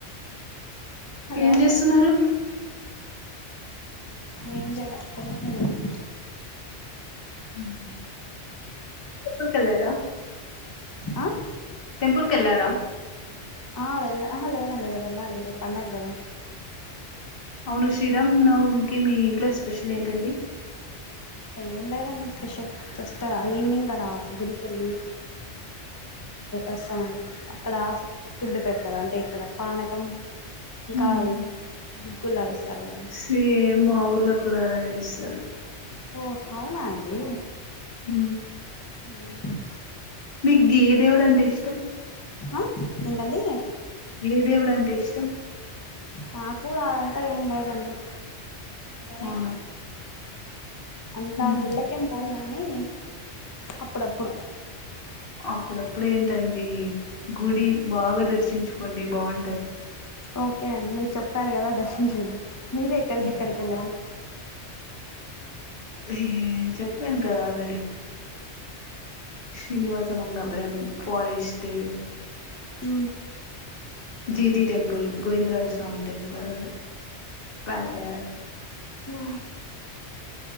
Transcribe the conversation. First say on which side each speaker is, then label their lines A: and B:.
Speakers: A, on the left; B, on the left.
A: హలో
B: ఏం చేస్తున్నారు
A: ఏం చేయలే టెర్రెస్ మీదున్న
B: ఉమ్ టెంపుల్కెల్లారా
A: ఆ
B: టెంపుల్కెళ్ళారా
A: ఆ వెళ్ళ అహ లేదండి ఇగ వెళ్ళాలి రేపు పండగ కదా
B: అవును శ్రీరామనవమికి మీ ఇంట్లో స్పెషల్ ఏంటండి
A: ఏం లేదండి స్పెషల్ జస్ట్ ఈవినింగ్ అలా గుడికెళ్ళి వస్తామండి అక్కడ ఫుడ్డు పెడతారు అంటే ఇక్కడ పానకం ఇంకా
B: ఉమ్
A: అవి గుగ్గులు అవి ఇస్తారు కదండి
B: సేమ్ మా ఊర్లో కూడా అలానే ఇస్తారు
A: ఓ అవునా అండి
B: హ
A: ఏమో అండి
B: మీకు ఏ దేవుడంటే ఇష్టం
A: ఆ ఏంటండి
B: ఏ దేవుడంటే ఇష్టం
A: నాకు అదంతా ఏం లేదండి ఎవరైనా
B: అవునా
A: అంతా
B: మ్మ్
A: గుల్లకేం పోంగా కాని అప్పుడప్పుడు
B: అప్పుడప్పుడు ఏంటండి గుడి బాగా దర్శించుకోండి బాగుంటది
A: ఓకే అండి మీరు చెప్పారు కదా దర్శించుకుంటాం మీరేక్కడికెక్కడికెల్లారు
B: ఉమ్. ఏ- చెప్పాను కదా ఆల్రెడీ శ్రీనివాస మంగపురం ఫారెస్ట్
A: మ్
B: జీటి టెంపల్ గోవిందరాజ్ స్మి టెంపల్ పడ్
A: ఆ